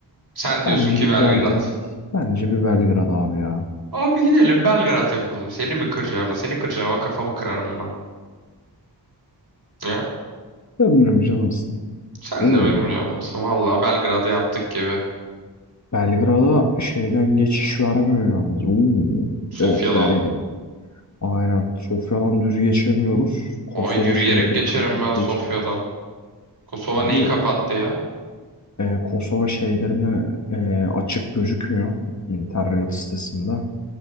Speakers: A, on the right; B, on the left.
A: sen diyorsun
B: bence
A: ki
B: bir
A: Belgrad.
B: Belgrad Bence bir Belgrad abi ya.
A: Abi gidelim Belgrad yapalım. Seni mi kıracağım? Seni kıracağıma kafamı kırarım ben. Ya
B: Ömrüm canımsın.
A: sen
B: Oo,
A: de benim canımsın. Vallahi Belgrad'ı yaptık gibi.
B: Belgrad'a şeyden geçiş vermiyor yalnız. Oo,
A: Sofya'dan.
B: evet Belgrad. Aynen. Sofya'dan düz geçemiyoruz. Kosova
A: Abi yürüyerek
B: şeylerini
A: geçerim
B: kapattığı
A: ben Sofya'dan.
B: için.
A: Kosova
B: Abi
A: neyi kapattı ya?
B: e, Kosova şeylerine e, açık gözükmüyor Interrail sitesinde.